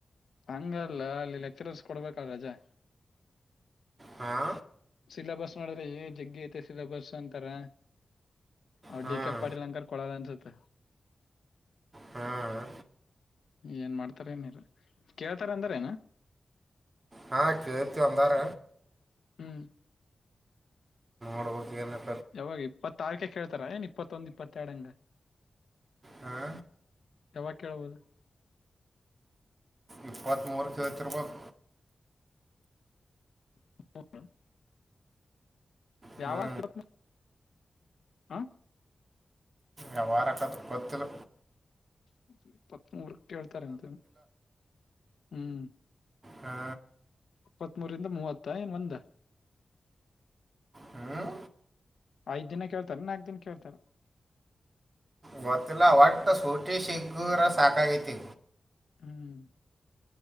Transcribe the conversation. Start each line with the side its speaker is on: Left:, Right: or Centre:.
Left: ಹಂಗಲ್ಲ ಅಲ್ಲಿ ಲೆಕ್ಚರರ್ಸ್ ಕೊಡ್ಬೇಕಲ್ ರಜಾ
Right: ಹಾ
Left: ಸಿಲೆಬಸ್ ನೋಡುದ್ರೆ ಜಗ್ಗಿ ಐತೆ ಸಿಲಬಸ್ ಅಂತಾರ ಅವ
Right: ಹಾಂ
Left: ಡಿ ಕೆ ಪಾಟೀಲ್ ಹಂಗಾರ ಕೊಡಲ್ಲ ಅನ್ಸುತ್ತ
Right: ಹಾಂ
Left: ಏನ್ ಮಾಡ್ತಾರ ಏನರ ಕೇಳ್ತಾರ ಅಂದಾರ ಏನ
Right: ಹಾ ಕೇಳ್ತಿವಿ ಅಂದಾರ
Left: ಹ್ಮ್
Right: <unintelligible>
Left: ಯಾವಾಗ ಇಪ್ಪತ್ತಾರಕ್ಕೆ ಕೇಳ್ ತರ ಏನ್ ಇಪ್ಪತ್ತೊಂದು ಇಪ್ಪತ್ತೆರಡಂಗ
Right: ಹಾ
Left: ಯಾವಾಗ ಕೇಳ್ಬೋದು.
Right: ಇಪ್ಪತ್ಮೂರಕ್ಕ್ ಕೇಳ್ತಿರ್ಬೇಕ್
Left: <unintelligible> <unintelligible>
Right: ಹ್ಞೂ
Left: ಹಾ
Right: ಯಾವಾರ ಕತ್ ಕೊತ್ತಿಲ.
Left: ಮುಚ್ಚಿಡ ಇಪ್ಪತ್ತ್ಮೂರಕ್ಕ್ ಕೇಳ್ತಾರ್ ಅಂತೀರಾ ಹ್ಮ್.
Right: ಹಾ
Left: ಇಪ್ಪತ್ತ್ಮೂರಿಂದ ಮೂವತ್ತ ಏನ್ ಒಂದ್
Right: ಹ್ಮ್
Left: ಐದ್ ದಿನ ಕೇಳ್ತಾರ ನಾಕ್ ದಿನ ಕೇಳ್ತಾರ.
Right: ಗೊತ್ತಿಲ್ಲ ಒಟ್ಟ ಸೂಟಿ ಸಿಕ್ಕುದ್ರ ಸಾಕಾಗೈತಿ.
Left: ಹ್ಮ್